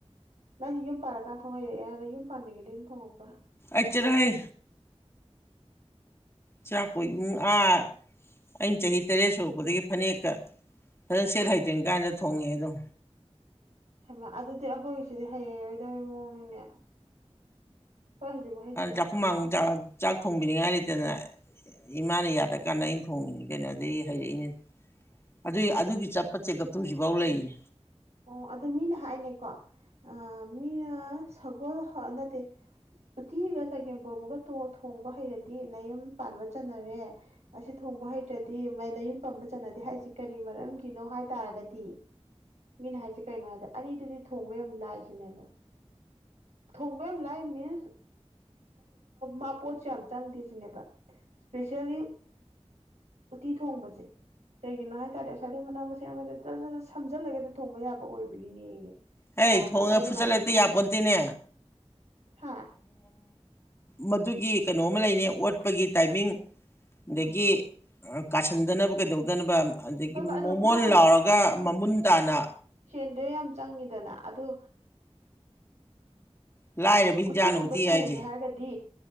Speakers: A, on the right; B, on the left.
A: ꯅꯪ ꯌꯨꯝ ꯄꯥꯔꯀꯥꯟ ꯊꯣꯡ ꯍꯩꯔꯦꯅ ꯌꯨꯝ ꯄꯥꯟꯅꯤꯡꯉꯩꯗꯒꯤ ꯑꯗꯨꯝ ꯊꯣꯡꯉꯄ
B: ꯑꯆꯔꯣꯏ ꯆꯥꯛ ꯀꯣꯏ ꯏꯃꯨꯡ ꯑꯥ ꯑꯩꯅ ꯆꯍꯤ ꯇꯔꯦꯠ ꯁꯨꯔꯛꯄꯗꯒꯤ ꯐꯅꯦꯛꯀ ꯑꯗꯨ ꯁꯦ ꯍꯥꯏꯖꯒꯥꯏꯅ ꯊꯣꯡꯉꯦ ꯑꯗꯨꯣ
A: ꯃ ꯑꯗꯨꯗꯤ ꯑꯩꯈꯣꯏꯒꯤꯁꯤꯗꯤ ꯍꯩꯌꯦꯡꯔꯣꯏꯗꯕꯩ ꯃꯑꯣꯡꯅꯤꯅꯦ ꯍꯖꯕ ꯍꯗ
B: ꯆꯥꯛꯈꯨꯝꯃꯥꯡ ꯆꯥꯛ ꯊꯣꯡꯕꯤꯅꯤꯡꯉꯥꯏ ꯂꯩꯇꯅ ꯏꯃꯥꯅ ꯌꯥꯗꯀꯥꯟꯗ ꯑꯩꯅ ꯊꯣꯡꯉ ꯀꯩꯅꯣꯗꯗꯒꯤ ꯍꯩꯔꯛꯏꯅꯤ ꯑꯗꯨꯏ ꯑꯗꯨꯒꯤ ꯆꯠꯄ ꯆꯦꯛꯑꯞꯇꯣ ꯍꯧꯖꯤꯛꯐꯥꯎ ꯂꯩꯔꯤ
A: ꯑꯣ ꯑꯗꯨ ꯃꯤꯅ ꯍꯥꯏꯅꯦꯀꯣ ꯃꯤꯅ ꯁꯒꯣꯜ ꯅꯠꯇꯦ ꯎꯇꯤꯒ ꯆꯒꯦꯝꯄꯣꯝ ꯑꯃꯒ ꯊꯣꯡꯕ ꯍꯩꯔꯗꯤ ꯃꯌꯨꯝ ꯄꯥꯟꯕ ꯆꯠꯅꯔꯦ ꯑꯁꯤ ꯊꯣꯡꯕ ꯍꯩꯔ꯭ꯔꯗꯤ ꯃꯌꯨꯝ ꯄꯥꯟꯕ ꯆꯠꯅꯗꯦ ꯍꯥꯏꯁꯤ ꯀꯔꯤ ꯃꯔꯝꯒꯤꯅꯣ ꯍꯥꯏ ꯇꯥꯔꯒꯗꯤ ꯃꯤꯅ ꯍꯥꯏꯁꯦ ꯀꯩꯅꯣ ꯍꯥꯏꯗ ꯑꯅꯤꯗꯨꯗꯤ ꯊꯣꯡꯕ ꯌꯥꯝ ꯂꯥꯏ ꯁꯤꯅꯦꯕ ꯊꯣꯡꯕ ꯌꯥꯝ ꯂꯥꯏ ꯃꯤꯟꯁ ꯃꯥꯄꯣꯠꯁꯨ ꯌꯥꯝ ꯆꯪꯗꯦ ꯁꯤꯅꯦꯕ ꯏꯁꯄꯦꯁꯦꯜꯂꯤ ꯎꯇꯤ ꯊꯣꯡꯕꯁꯦ ꯀꯩꯒꯤꯅꯣ ꯍꯥꯏ ꯇꯔꯗꯤ ꯉꯁꯥꯏꯗꯩ ꯃꯅꯥ ꯃꯁꯤꯡ ꯑꯃꯗꯖ ꯁꯝꯖꯤꯜꯂꯒ ꯊꯣꯡꯕ ꯌꯥꯕ ꯑꯣꯏꯕꯒꯤꯅꯦꯌꯦ
B: ꯍ
A: ꯑ
B: ꯊꯣꯡꯉꯦ
A: ꯀꯩꯅꯣ ꯑꯩ
B: ꯐꯨꯆꯠꯂꯛꯇ
A: ꯏꯃꯥꯟꯅꯕꯤꯅ ꯍꯥꯏꯕ
B: ꯌꯥꯄꯣꯟꯇꯦꯅꯦ
A: ꯍꯥ
B: ꯃꯗꯨꯒꯤ ꯀꯩꯅꯣꯃ ꯂꯩꯅꯤ ꯑꯣꯠꯄꯒꯤ ꯇꯥꯏꯃꯤꯡ ꯑꯗꯒꯤ ꯀꯥꯁꯟꯗꯅꯕ ꯀꯩꯗꯧꯗꯅꯕ ꯑꯗꯒꯤ
A: ꯍꯣꯏꯕ ꯑꯗꯣ
B: ꯃꯃꯣꯟ
A: ꯉꯥ
B: ꯂꯥꯎꯔꯒ ꯃꯃꯨꯟ ꯇꯥꯅ
A: ꯁꯦꯟꯗ ꯌꯥꯝ ꯆꯪꯉꯤꯗꯅ ꯑꯗꯣ
B: ꯂꯥꯏꯔꯕ ꯍꯤꯟꯖꯥꯡꯅ
A: ꯀꯨꯇꯤꯒꯨꯝꯕ
B: ꯎꯇꯤ ꯍꯥꯏꯁꯦ
A: ꯊꯣꯡꯒꯦ ꯍꯥꯏꯔꯒꯗꯤ